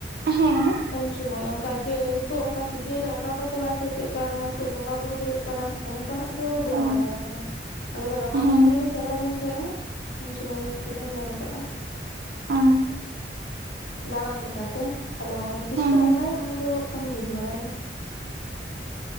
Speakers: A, on the right; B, on the left.
A: ᱦᱮᱸ
B: ᱩᱱ ᱥᱩᱚᱢᱚᱭ ᱚᱱᱠᱟ ᱡᱮ ᱚᱱᱠᱟ ᱥᱤᱡᱤᱱ ᱚᱱᱠᱟ ᱠᱚ ᱪᱟᱞᱟᱜᱼᱟ ᱥᱮ ᱪᱮᱫᱠᱟ ᱱᱚᱣᱟ ᱱᱤᱛᱚᱜ ᱵᱚᱸᱜᱟ ᱵᱩᱨᱩ ᱦᱩᱭᱩᱜ ᱠᱟᱱᱟ ᱚᱱᱠᱟᱱᱟᱜ ᱫᱚ ᱵᱟᱹᱧ
A: ᱚ
B: ᱵᱟᱲᱟᱭᱟ ᱢᱟᱱᱮ ᱟᱞᱮ ᱫᱚ ᱨᱟᱵᱟᱝ
A: ᱦᱮᱸ
B: ᱥᱩᱚᱢᱟᱹᱭ ᱞᱮ ᱪᱟᱞᱟᱣ ᱞᱮᱱ ᱛᱟᱦᱮᱸᱼᱟ ᱩᱱ ᱥᱩᱢᱟᱹᱭ ᱜᱮᱞᱮ ᱧᱮᱞ ᱟᱠᱟᱜᱼᱟ᱾
A: ᱚ
B: ᱫᱟᱬᱟᱱ ᱞᱮᱠᱟ ᱛᱮ ᱟᱨᱦᱚᱸ ᱛᱤᱥ
A: ᱦᱮᱸ
B: ᱠᱚ ᱵᱚᱸᱜᱟᱭᱟ ᱚᱱᱟ ᱫᱚ ᱦᱜ ᱠᱷᱟᱱ ᱵᱟᱹᱧ ᱵᱟᱲᱟᱭᱟ᱾